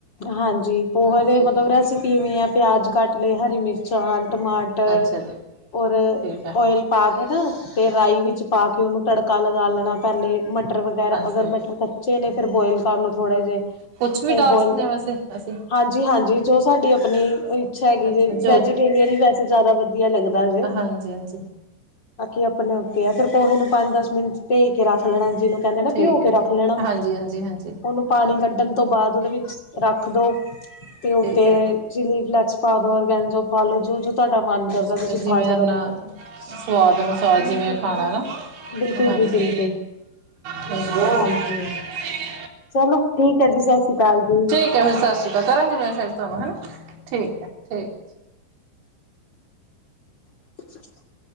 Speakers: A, on the left (about 35°); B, on the right (about 75°).
A: ਹਾਂਜੀ ਪੋਹਾ
B: ਹਾਂਜੀ
A: ਦੇ ਮਤਲਬ‌ਰੈਸਪੀ ਇਵੇਂ ਆ ਪਿਆਜ਼ ਕੱਟ ਲੇ ਹਰੀ ਮਿਰਚਾਂ, ਟਮਾਟਰ
B: ਅੱਛਾ
A: ਟਰ
B: ਜੀ
A: ਔਰ
B: ਠੀਕ ਹੈ
A: ਔਇਲ। ਪਾ ਕੇ ਨਾ ਤੇ ਰਾਈ ਵਿੱਚ ਪਾ ਕੇ ਓਨੂੰ ਤੜਕਾ ਲਗਾ ਲੈਣਾ ਪੈਲੇ। ਮਟਰ ਵਗੈਰਾ
B: ਅੱਛਾ
A: ਅਗਰ
B: ਜੀ
A: ਮਟਰ ਕੱਚੇ ਨੇ ਫੇਰ ਬੋਇਲ ਕਰ ਲੋ ਥੋੜਾ ਜੇਆ
B: ਕੁਛ ਵੀ
A: ਉਹ ਬੋਇਲ।
B: <unintelligible>
A: ਹਾਂਜੀ-ਹਾਂਜੀ, ਜੋ ਸਾਡੀ ਅਪਣੀ ਇੱਛਾ ਹੈਗੀ,
B: ਅੱਛਾ
A: ਜੇ
B: ਜੋ
A: ਵੈਜੀਟੇਰੀਅਨ ਹੀ ਵੈਸੇ ਜ਼ਾਦਾ ਵਧੀਆ ਲੱਗਦਾ ਜੇ।
B: ਹਾਂਜੀ-ਹਾਂਜੀ।
A: ਬਾਕੀ ਅਪਣੇ ਉੱਤੇ ਆ। ਫਿਰ ਪੋਹੇ ਨੂੰ ਪੰਜ-ਦਸ ਮਿੰਟ ਭੇ ਕੇ ਰੱਖ ਲੈਣਾ ਜਿਨੂੰ ਕੈਂਦੇ ਨਾ
B: ਠੀਕ
A: ਭਿਉ
B: ਹੈ
A: ਕੇ ਰੱਖ
B: ਜੀ
A: ਲੈਣਾ।
B: ਹਾਂਜੀ ਹਾਂਜੀ ਹਾਂਜੀ
A: ਓਨੂੰ ਪਾਣੀ ਕੱਢਣ ਤੋਂ ਬਾਅਦ ੳਹਦੇ ਵਿੱਚ ਰੱਖ ਦੋ ਤੇ ਉਤੇ।
B: ਠੀਕ ਹੈ
A: ਚਿਲੀ ਫੈਲਕਸ ਪਾ ਦੋ, ਔਰਗੈਨਜੋ ਪਾ ਲੋ ਜੋ-ਜੋ ਤਵਾਡਾ ਮਨ ਕਰਦਾ।
B: ਅੱਛਾ
A: ਤੁਸੀਂ
B: ਭਾਈ ਜਿਵੇਂ
A: ਪਾ
B: ਆਪਣਾ
A: ਸਕਦੇ ਓ।
B: ਸਵਾਦ ਅਨੁਸਾਰ ਜਿਵੇਂ ਖਾਣਾ ਨਾ
A: ਬਿਲਕੁਲ
B: ਹਾਂਜੀ।
A: ਜੀ ਬਿਲਕੁਲ
B: <unintelligible>
A: ਹਾਂਜੀ ਚਲੋ ਠੀਕ ਹੈ ਜੀ ਸਤਿ ਸ੍ਰੀ ਅਕਾਲ ਜੀ।
B: ਕਿਵੇਂ ਸਤਿ ਸ੍ਰੀ ਅਕਾਲ ਕਰਾਂਗੀ ਮੈਸੇਜ ਤੁਹਾਨੂੰ ਹਨਾ ਠੀਕ ਹੈ ਠੀਕ।
A: <unintelligible>